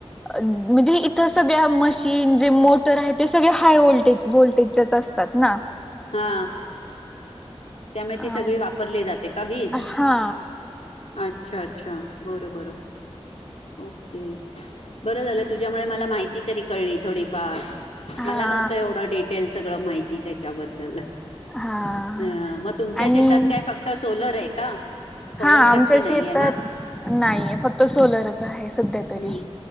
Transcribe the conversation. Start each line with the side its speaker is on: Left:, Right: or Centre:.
Centre: म्हणजे इथं सगळ्या मशीन जे मोटर आहे ते सगळे हाय व्ह्टेज व्होल्टेजच्याच असतात ना
Left: हा त्यामुळे ती
Centre: आणि
Left: सगळी वापरली जाते का वीस
Centre: हा
Left: अच्छा अच्छा बरं बरं... ओके बर झालं तुझ्यामुळे मला माहिती तरी कळली थोडीफार...
Centre: हा
Left: मला नव्हतं एवढं डिटेल सगळं माहिती त्याच्याबद्दल..
Centre: हा
Left: अ मग तुमच्या
Centre: आणि
Left: शेतात काय फक्त सोलर आहे... का? पवनचक्की
Centre: हा आमच्या
Left: नाहीये
Centre: शेतात
Left: ना?
Centre: नाहीय फक्त सोलरच आहे सध्या तरी...
Left: हं.